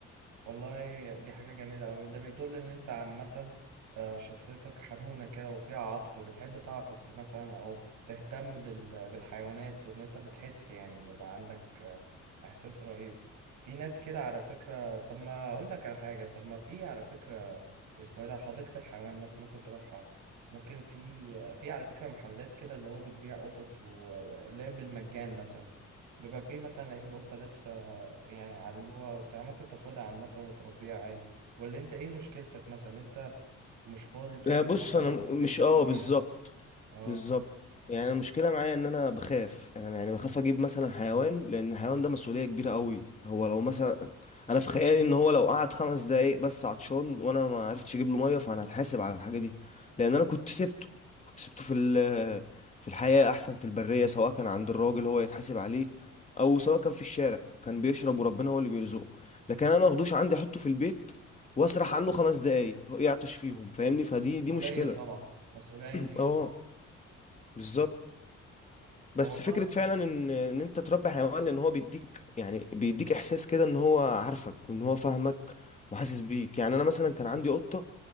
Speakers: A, on the right; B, on the left.
A: والله دي حاجة جميلة أوي ده بيدل إن أنت عامة آه، شخصيتك حنونة كده وفيها عطف وبتحب تعطف مثلا أو تهتم بال- بالحيوانات وإن أنت بتحس يعني بيبقى عندك آه، إحساس رهيب في ناس كده على فكرة طب ما أقول لك على حاجة طب ما في على فكرة اسمه إيه ده حديقة الحيوان مثلا ممكن تروحها ممكن في آه، في على فكرة محلات كده اللي هو بتبيع قطط ولا بالمجان مثلا بيبقى في مثلا لاقيين قطة لسه يعني عالجوها وبتاع ممكن تاخدها عامة وتربيها عادي ولا انت ايه مشكلتك مثلا انت مش فاضي طول
B: آه،
A: الوقت
B: بص انا
A: مثلا
B: م-
A: تهتم
B: مش اه
A: بيها
B: بالظبط
A: اه
B: بالظبط يعني أنا المشكله معايا ان انا بخاف انا يعني بخاف اجيب مثلا حيوان لان الحيوان ده مسؤوليه كبيره قوي هو لو مثلا انا في خيالي ان هو لو قعد خمس دقايق بس عطشان وانا ما عرفتش اجيب له ميه فانا هتحاسب على الحاجه دي لان انا كنت سبته كنت سبته في ال- في الحياه احسن في البريه سواء كان عند الراجل هو يتحاسب عليه او سواء كان في الشارع كان بيشرب وربنا هو اللي بيرزقه لكن انا ما اخدوش عندي احطه في البيت واسرح عنه خمس دقايق هو يعطش فيهم فاهمني فدي
A: مسؤولية
B: دي مشكلة
A: طبعا مسؤولية كبيرة
B: <clears throat> اه بالظبط
A: طب
B: بس
A: والله
B: فكرة فعلا ان ان انت تربي حيوان لان هو بيديك يعني بيديك احساس كده ان هو عارفك وان هو فاهمك وحاسس بيك يعني انا مثلا كان عندي قطة